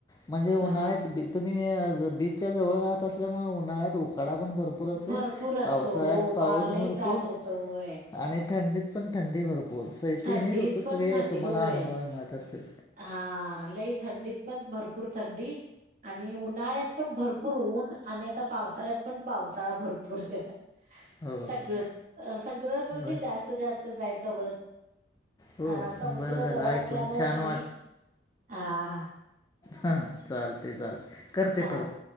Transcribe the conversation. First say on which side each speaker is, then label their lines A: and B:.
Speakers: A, on the left; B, on the right.
A: म्हणजे उन्हाळ्यात
B: अ
A: बी तुम्ही बीचच्या जवळ राहत त्यामुळं उन्हाळ्यात उकाडा भरपूर असेल,
B: भरपूर असतो
A: पावसाळ्यात
B: हो बा
A: पाऊस
B: लई
A: भरपूर,
B: त्रास होतो होय.
A: आणि थंडी पण थंडी भरपूर,
B: थंडीत
A: तीन ऋतू
B: पण
A: सगळे
B: थंडी
A: तुम्हाला
B: होय
A: अनुभवाय मिळत असतील.
B: हा, लई थंडीत पण भरपूर थंडी आणि उन्हाळ्यात पण भरपूर ऊन, आणि आता पावसाळ्यात पण पावसाळा भरपूर आहे.
A: होय
B: सगळंच, सगळंच म्हणजे
A: होय
B: जास्त जास्त जाय जवळच
A: होय
B: अ समुद्र
A: बरं झालं
B: जवळ
A: ऐकून
B: असल्यामुळं,
A: छान
B: क नई हा, हा
A: हा, चालतय, चालतय, करते
B: अ
A: परत,